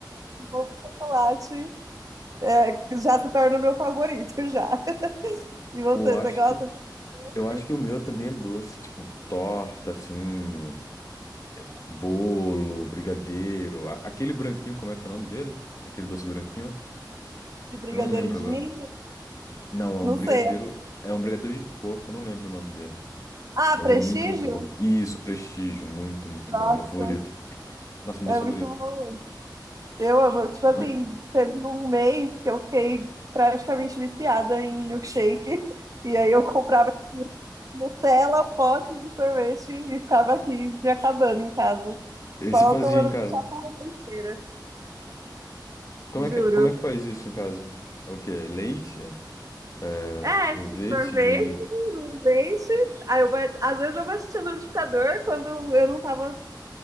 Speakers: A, on the right; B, on the left.
A: bolo de chocolate, é, já se torna o meu favorito já. <laughs> E você,
B: Eu acho
A: você gosta
B: que
A: de doce,
B: eu acho que o meu também é doce, tipo torta assim, é co- bolo, brigadeiro, A- aquele branquinho, como é que é o nome dele? Aquele doce branquinho
A: de brigadeiro
B: que eu não lembro
A: de
B: agora.
A: ninho?
B: Não, é um
A: Não
B: brigadeiro,
A: sei.
B: é um brigadeiro de coco, eu não lembro o nome dele,
A: Ah,
B: mas
A: Prestígio?
B: é muito, muito bom. Isso, Prestígio, muito, muito
A: Nossa,
B: bom, meu favorito. Nossa, meu
A: é
B: doce
A: muito
B: favorito.
A: bom. Eu amo, tipo assim,
B: Mas-
A: teve um mês que eu fiquei praticamente viciada em milkshake, <laughs> e aí eu comprava Nutella, pote de sorvete e ficava aqui me acabando em casa.
B: esse
A: Só
B: fazia
A: tomando
B: em casa?
A: pipoca na besteira,
B: Como
A: juro.
B: é que, é, como é que faz isso em casa? É O quê? Leite? É,
A: É,
B: sorvete?
A: sorvete,
B: e-
A: um leite. Aí eu, ba- às vezes eu baixei no liquidificador quando eu não tava.